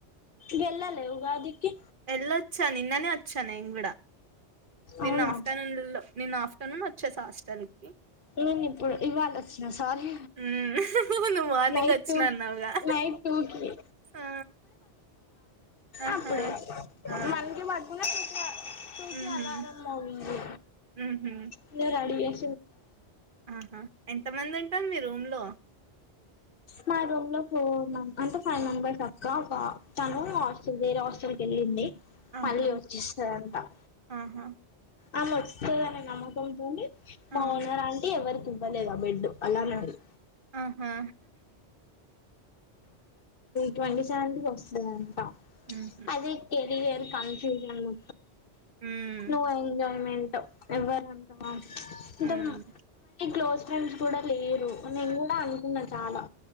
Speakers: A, on the left (about 55°); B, on the right (about 50°).
A: గెళ్లలే ఉగాదికి
B: ఎళ్ళొచ్చా నిన్ననే చ్చ నేగ్గూడా నిన్న
A: అవునా
B: ఆఫ్టర్నూన్ లో నేను ఆఫ్టర్నూన్ వచ్చేస హాస్టల్కి
A: నేను ఇప్పుడు ఇవాళ వచ్చినా సారీ
B: హ్మ్ నువ్వు మార్నింగ్
A: నైట్
B: వచ్చిన
A: టు
B: అన్నావుగా
A: నైట్ టూకి
B: ఆ ఆహా
A: అప్పుడే
B: ఆ
A: మనకి మ <unintelligible> టూకి
B: హుహు
A: అలారం మోగింది
B: హుహు
A: ఇంగ రడీ <inaudible>
B: ఆహా ఎంత మంది ఉంటారు మీ రూమ్ లో
A: మా రూమ్ లో ఫోర్ మెం అంటే ఫైవ్ మెంబెర్స్ అక్క ఒక తను <unintelligible> వేరే హాస్ గళ్లిన్ని
B: ఆహా
A: మళ్ళీ వచ్చిస్తుందింటాం
B: ఆహా
A: ఆ వచ్చస్తదానే నమ్మకంతోంది
B: ఆ
A: మావున అంటీ ఎవరికి తు పనే ఇదా బెడ్ అలా నంది
B: ఆహా
A: ట్వంటీ సె వస్త
B: హ్మ్
A: అదేకరియ కాని చేను
B: హ్మ్
A: నో ఎంజాయ్మెంట్ ఎవ్వరుంటాం
B: హ్మ్
A: ఎద మ క్లోస్ ఫ్రెండ్స్ కూడా లేరు నేను కూడా అనుకున్నాను చాలా